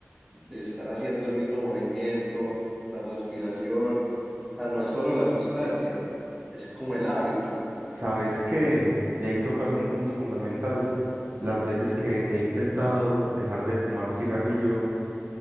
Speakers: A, in the centre; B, on the right.
A: de estar haciendo el mismo movimiento, la respiración. O sea, no es solo la sustancia, es como el hábito.
B: Sabes que, y ahí tocas un punto fundamental, las veces que he intentado dejar de fumar cigarrillo,